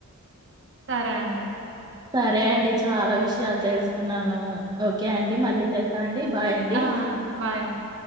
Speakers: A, on the right; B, on the right.
A: సరే అండి
B: సరే అండి చాలా విషయం విషయాలు తెలుసుకున్నాను ఓకే అండి మళ్ళీ చేస్తా అండి బాయ్ అండి
A: ఆ బాయ్ అండి.